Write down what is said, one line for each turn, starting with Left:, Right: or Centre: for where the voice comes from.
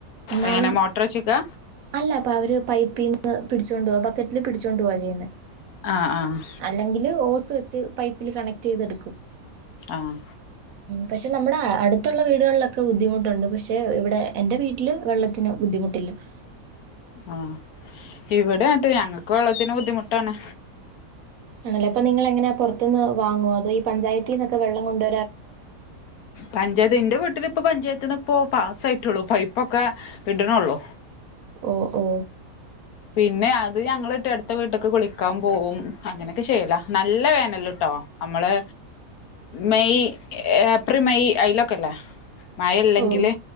Right: എന്നാലും
Left: എങ്ങനെ മോട്ടർ വെച്ച്ക്കാ
Right: അല്ല പവര്പൈപ്പീന്ന്- പിടിച്ചോണ്ടോകും. ബക്കറ്റില് പിടിച്ചോണ്ട് പോവാ ചെയ്യുന്നെ
Left: ആഹ് ആഹ്
Right: അല്ലങ്കില് ഓസ് വെച്ച് പൈപ്പില് കണക്ടെയ്ത് എടുക്കും.
Left: ആഹ്
Right: പക്ഷേ നമ്മുടെ അടുത്തുള്ള വീടുകളിലൊക്കെ ബുദ്ധിമുട്ടുണ്ട്. പക്ഷേ ഇവിടെഎന്റെ വീട്ടില് വെള്ളത്തിന് ബുദ്ധിമുട്ടില്ല. <inaudible>
Left: ആഹ് ഇവിടെ അതെ ഞങ്ങക്ക് വെള്ളത്തിന് ബുദ്ധിമുട്ടാണ്.
Right: ആണല്ലേ? നിങ്ങളെങ്ങനാ പുറത്തു ന്ന് വാങ്ങുവോ? അതോ ഈ പഞ്ചായത്തീന്നൊക്കെ വെള്ളം കൊണ്ടു
Left: പഞ്ചായത്ത് ൻ്റെ വീട്ടില് പഞ്ചായത്തിന്നിപ്പോ പാസ്സ് ആയിട്ടുള്ളു പൈപ്പൊക്കെ ഇട്ണൊള്ളു
Right: ഓ ഓ
Left: പിന്നെ അത് ഞങ്ങൾട്ടടുത്ത വീട്ടിലൊക്കെ കളിക്കാൻ പോവും അങ്ങനൊക്കെ ചെയ്യലാ നല്ല വേനലിൽട്ടൊ നമ്മള് മെയ്‌ ഏപ്രിൽ മെയ്‌ ആയിലൊക്കില്ലെ മഴ ഇല്ലെങ്കില്
Right: ഓ